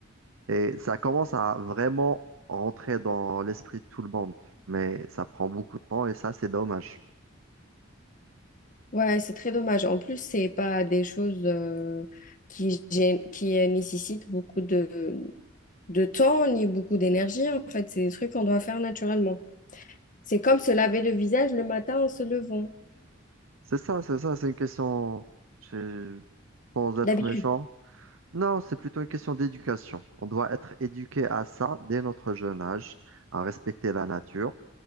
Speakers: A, on the right; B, on the left.
A: Et ça commence à vraiment rentrer dans l'esprit de tout le monde, mais ça prend beaucoup de temps et ça, c'est dommage.
B: ouais, c'est très dommage. En plus, c'est pas des choses euh, qui, gê- qui euh, nécessitent beaucoup de, de temps ni beaucoup d'énergie. En fait, c'est des trucs qu'on doit faire naturellement. C'est comme se laver le visage le matin en se levant.
A: C'est ça, c'est ça, c'est une question, je- sans être
B: D'habitude.
A: méchant. Non, c'est plutôt une question d'éducation. On doit être éduqué à ça dès notre jeune âge, à respecter la nature